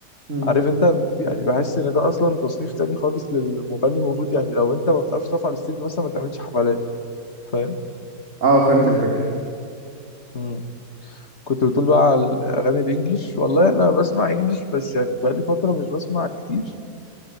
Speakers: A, on the right; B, on the left.
A: مم.
B: عارف انت يعني بحس ان ده اصلا تصنيف تاني خالص للمغني المفروض يعني لو انت ما بتعرفش تقف على الستيج مثلا ما تعملش حفلات فاهم
A: اه فهمت الفكرة
B: مم. كنت بتقول بقى على الاغاني الانجليش والله انا بسمع انجليش بس يعني بقالي فتره مش بسمع كتير